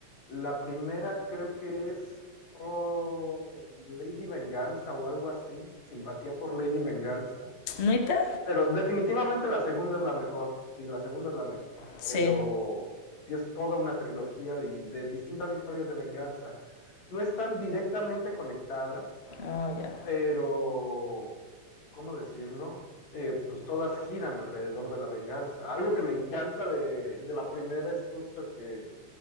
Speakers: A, on the left; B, on the left.
A: La primera creo que es oh, Lady Venganza o algo así, simpatía por Lady Venganza.
B: ¿Neta?
A: Pero definitivamente la segunda es la mejor, sí, la segunda es la mejor.
B: Sí.
A: Pero sí es toda una trilogía de, de distintas historias de venganza. No están directamente conectadas,
B: Oh, ya.
A: pero, ¿cómo decirlo? Eh, pues todas giran alrededor de la venganza. Algo que me encanta de, de la primera es justo que